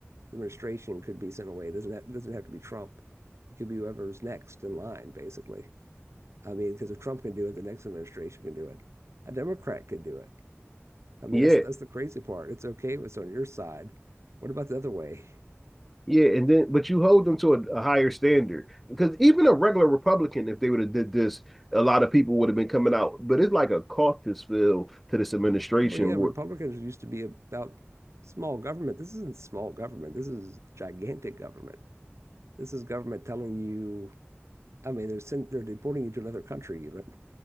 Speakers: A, on the right; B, in the centre.
A: the administration could be sent away. It doesn't have, it doesn't have to be Trump. It could be whoever's next in line, basically. I mean, because if Trump can do it, the next administration can do it. A Democrat could do it. I mean,
B: yeah,
A: that's that's the crazy part. It's okay if it's on your side. What about the other way?
B: yeah. And then, but you hold them to a, a higher standard because even a regular Republican, if they would have did this, a lot of people would have been coming out. But it's like a caucus feel to this administration.
A: Well, yeah, Republicans used to be about small government. This isn't small government. This is gigantic government. This is government telling you I mean, they're they're deporting you to another country even.